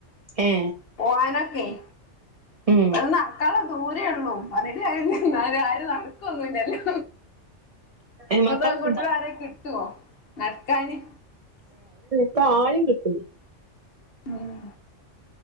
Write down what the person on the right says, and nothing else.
ഏ
ഉം
ഏ
മക്കളൊക്കെ
ഉണ്ടോ
ഇപ്പം ആരിം കിട്ടൂലാ